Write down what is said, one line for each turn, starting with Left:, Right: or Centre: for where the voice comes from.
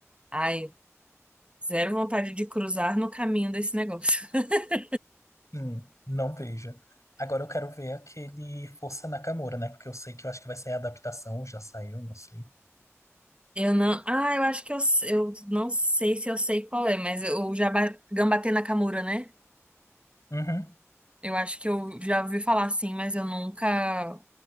Right: Ai, zero vontade de cruzar no caminho desse negócio. <laughs>
Left: Hum, não veja. Agora eu quero ver aquele Força Nakamura, né? Porque eu sei que eu acho que vai sair a adaptação, ou já saiu, não sei.
Right: Eu não. Ah, eu acho que eu, eu não sei se eu sei qual é, mas o Jaba... Gambatê Nakamura, né?
Left: Uhum.
Right: Eu acho que eu já ouvi falar assim, mas eu nunca